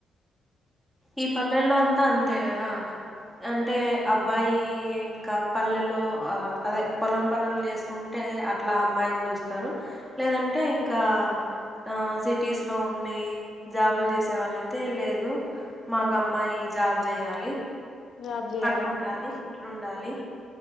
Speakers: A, in the centre; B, on the left.
A: ఈ పల్లెల్లో అంతా అంతే కదా అంటే అబ్బాయి ఇంకా పల్లెలో అదే పొలం పన్లు చేసుకుంటే అట్లా అమ్మాయిని చూస్తారు లేదంటే ఇంకా ఆ సిటీస్లో ఉండి జాబులు చేసే వాళ్ళ అయితే లేదు మాకు అమ్మాయి జాబ్ చేయాలి
B: జాబ్ చేయాలి
A: అట్లుండాలి
B: అవును
A: ఇట్లుండాలి